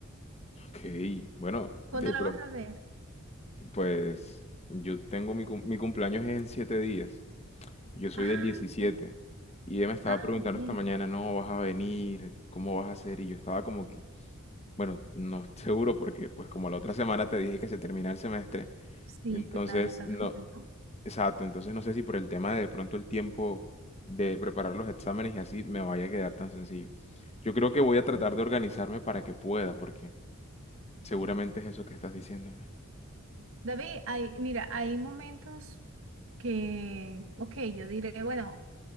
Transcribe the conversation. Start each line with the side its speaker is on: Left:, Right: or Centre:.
Left: Ok, bueno,
Right: ¿Cuándo
Left: de
Right: la
Left: pronto.
Right: vas a ver?
Left: Pues yo tengo mi, cum- mi cumpleaños es en siete días. Yo soy
Right: Ah,
Left: del diecisiete Y ella me estaba
Right: ah,
Left: preguntando
Right: ok.
Left: esta mañana, no, vas a venir, ¿cómo vas a hacer? Y yo estaba como que, bueno, no <laughs> seguro porque pues como la otra semana te dije que se termina el semestre,
Right: Sí,
Left: entonces
Right: claro, está
Left: no,
Right: full, ¿no?
Left: exacto, entonces no sé si por el tema de, de pronto el tiempo de preparar los exámenes y así me vaya a quedar tan sencillo. Yo creo que voy a tratar
Right: Ah.
Left: de organizarme para que pueda, porque seguramente es eso que estás diciéndome.
Right: David, hay, mira, hay momentos que, ok, yo diré, bueno.